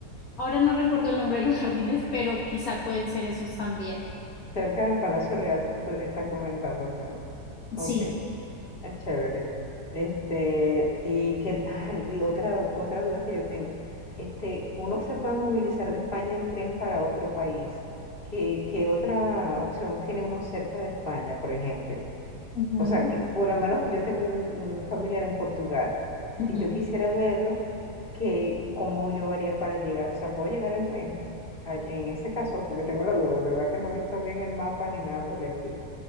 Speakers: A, on the left; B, on the left.
A: Ahora no recuerdo el nombre de los jardines, pero quizá pueden ser esos también.
B: Cerca del Palacio Real te- está comentando tú, ¿no? Ok.
A: Sí.
B: Es chévere. Este, y que, ay, y otra, otra duda que yo tengo. Este, uno se puede movilizar de España en tren para otro país. ¿Qué, qué otra opción tiene uno cerca de España, por ejemplo?
A: Ujú,
B: O sea, que por lo menos yo tengo un, un familiar en Portugal.
A: ujú.
B: Si yo quisiera verlo, ¿qué, cómo yo haría para llegar? O sea, ¿puedo llegar en tren? Ah, En ese caso, porque tengo la duda, porque la verdad que no he visto bien el mapa ni nada por el estilo.